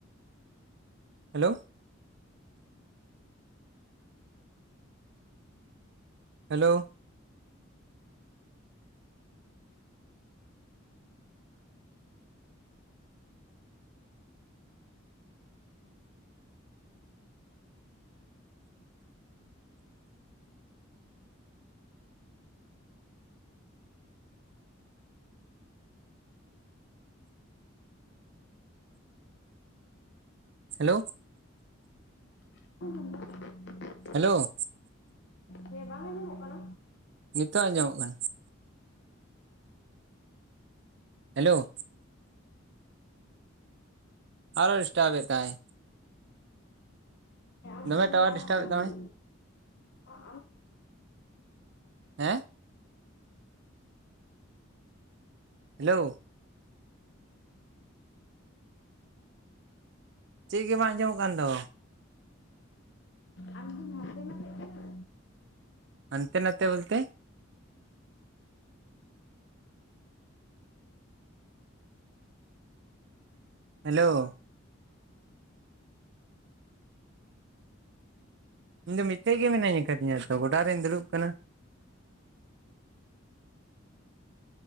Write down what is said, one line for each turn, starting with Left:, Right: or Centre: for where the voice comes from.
Right: Hello hello hello
Left: <inaudible>
Right: hello?
Left: ᱦᱮᱸ ᱵᱟᱝ ᱟᱸᱡᱚᱢᱚᱜ ᱠᱟᱱᱟ?
Right: ᱱᱤᱛᱚ ᱟᱸᱡᱟᱢᱚᱜ ᱠᱟᱱᱟ᱾ ᱦᱮᱞᱳ? ᱟᱨᱚ ᱰᱤᱥᱴᱟᱯ ᱮᱫ ᱛᱟᱭ
Left: ᱟᱢ
Right: ᱫᱚᱢᱮ
Left: ᱫᱚᱢ
Right: ᱴᱟᱣᱟᱨ
Left: ᱞᱟᱲᱟᱜ
Right: ᱰᱤᱥᱴᱟᱵ
Left: ᱠᱟᱱᱟ
Right: ᱮᱫ ᱛᱟᱢᱟᱭ
Left: ᱠᱤ? ᱟᱢ
Right: ᱦᱮᱸ ᱦᱮᱞᱳ ᱪᱮᱫ ᱜᱮ ᱵᱟᱝ ᱟᱸᱡᱚᱢᱚᱜ ᱠᱟᱱ ᱫᱚ?
Left: <inaudible> ᱟᱢᱜᱤᱢ ᱦᱟᱱᱛᱮ ᱱᱟᱛᱮ ᱠᱟᱱᱟ᱾
Right: ᱦᱚᱱᱛᱮ ᱱᱟᱛᱮ ᱵᱚᱞᱛᱮ᱾ ᱦᱮᱞᱳ? ᱤᱧ ᱫᱚ ᱢᱤᱫᱴᱮᱱ ᱜᱮ ᱢᱤᱹᱱᱟᱧ ᱟᱠᱟᱫᱤᱧᱟ ᱛᱚ ᱾ᱜᱚᱰᱟ ᱨᱤᱧ ᱫᱩᱲᱩᱵ ᱠᱟᱱᱟ᱾